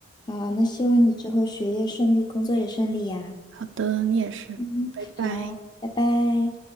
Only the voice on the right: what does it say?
好的，你也是，
拜拜。